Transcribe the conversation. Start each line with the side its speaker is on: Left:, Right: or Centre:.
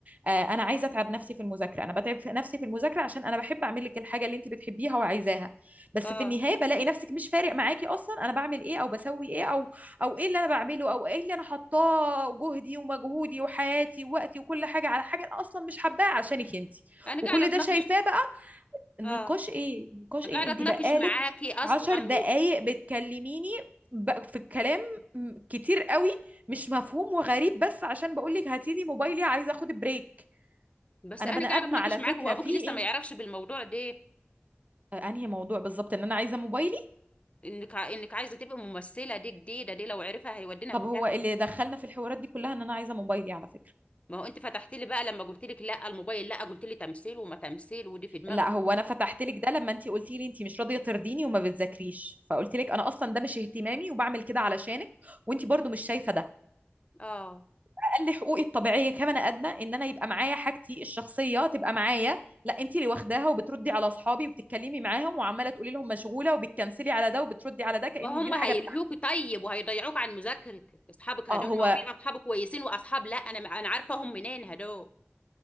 Right: آه، انا عايزه اتعب نفسي في المذاكره انا بتعب في- نفسي في المذاكره عشان انا بحب اعمل لك الحاجه اللي انت بتحبيها وعايزاها بس
Left: اه
Right: في النهايه بلاقي نفسك مش فارق معاكي اصلا انا بعمل ايه او بسوي ايه او او ايه اللي انا بعمله او ايه اللي انا حطاه جهدي ومجهودي وحياتي ووقتي وكل حاجه على حاجه انا اصلا مش حباها عشانك انت
Left: انا
Right: وكل
Left: قاعدة اتناقش
Right: ده شايفاه بقى نقاش
Left: اه
Right: ايه نقاش ايه
Left: قاعدة
Right: انت
Left: اتناقش
Right: بقالك
Left: معاكي اصلا
Right: عشر دقايق
Left: و...
Right: بتكلميني ب- في الكلام م- كتير قوي مش مفهوم وغريب بس عشان بقولك هاتيلي موبايلي عايزه اخد بريك
Left: بس
Right: انا
Left: انا
Right: بني ادمه
Left: قاعدة اتناقش
Right: على
Left: معاكي
Right: فكره
Left: وابوكي
Right: في ايه
Left: لسه ما يعرفش بالموضوع ده
Right: آه، انهي موضوع بالظبط ان انا عايزه موبايلي
Left: انك ع- انك عايزة تبقي ممثلة دي جديدة دي لو عرفها هيودينا
Right: طب
Left: في
Right: هو
Left: داهية
Right: اللي دخلنا في الحوارات دي كلها ان انا عايزه موبايلي على فكره
Left: ما هو انت فتحت لي بقى لما قلت لك لا الموبايل لا قلت لي تمثيل وما تمثيل ودي في دماغك
Right: لا هو انا فتحت لك ده لما انت قلتي لي انت مش راضيه ترضيني وما بتذاكريش فقلت لك انا اصلا ده مش اهتمامي وبعمل كده علشانك وانت برضو مش شايفه ده
Left: اه
Right: اقل حقوقي الطبيعيه كبني ادمه ان انا يبقى معايا حاجتي الشخصيه تبقى معايا لا انت اللي واخداها وبتردي على اصحابي وبتتكلمي معاهم وعماله تقولي لهم مشغوله وبتكنسلي على ده وبتردي على ده كان
Left: ما هم
Right: دي الحاجه
Left: هيلهوكي
Right: بتاعتك
Left: طيب وهيضيعوك عن مذاكرتك اصحابك هدول
Right: اه هو
Left: ما في اصحاب كويسين واصحاب لا انا انا عارفاهم منين هدول